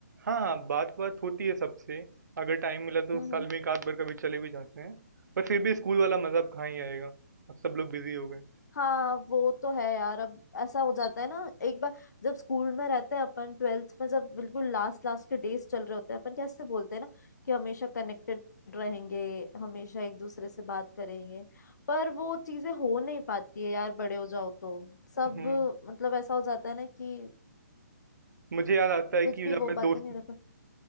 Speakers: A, on the right; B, on the left.
A: हाँ हाँ बात बात होती है सबसे अगर टाइम मिला तो
B: हम्म
A: साल
B: हम्म
A: में एक आध बार कभी चले भी जाते हैं पर फिर भी स्कूल वाला मजा अब कहाँ ही आएगा अब सब लोग बिजी हो गए
B: हाँ वो तो है यार अब ऐसा हो जाता है ना एक बार जब स्कूल में रहते हैं अपन ट्वेल्थ में जब बिल्कुल लास्ट लास्ट के डेज चल रहे होते हैं अपन कैसे बोलते हैं ना कि हमेशा कनेक्टेड रहेंगे हमेशा एक दूसरे से बात करेंगे पर वो चीजें हो नहीं पाती है यार बड़े हो जाओ तो सब
A: हम्म
B: मतलब ऐसा हो जाता है ना कि
A: मुझे याद आता है
B: कुछ
A: कि
B: भी
A: जब
B: वो
A: मैं
B: बातें
A: दोस्त
B: नहीं रह पा-